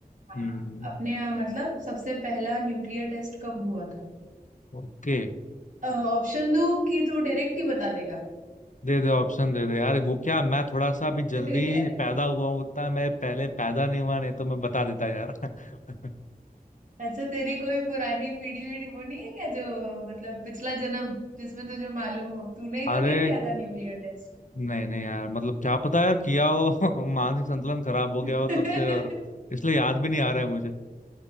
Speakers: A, on the right; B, on the left.
A: हाँ
B: हम्म
A: अपने यहाँ मतलब सबसे पहला न्यूक्लियर टेस्ट कब हुआ था
B: ओके
A: ऑप्शन दूं कि तू डायरेक्ट ही बता देगा
B: दे दे ऑप्शन दे दे यार वो क्या मैं थोड़ा सा अभी
A: <laughs>
B: जल्दी पैदा हुआ हूँ उतना मैं पहले पैदा नहीं हुआ नहीं तो मैं बता देता यार <laughs>
A: अच्छा तेरी कोई पुरानी पीढ़ी वीढ़ी वो नहीं है क्या जो मतलब पिछला जन्म जिसमें तुझे मालूम हो तूने ही
B: अरे
A: तो नहीं किया था न्यूक्लियर टेस्ट
B: नहीं नहीं यार मतलब क्या पता यार किया हो <laughs> मानसिक संतुलन खराब हो
A: <laughs>
B: गया हो तब से और इसलिए याद भी नहीं आ रहा है मुझे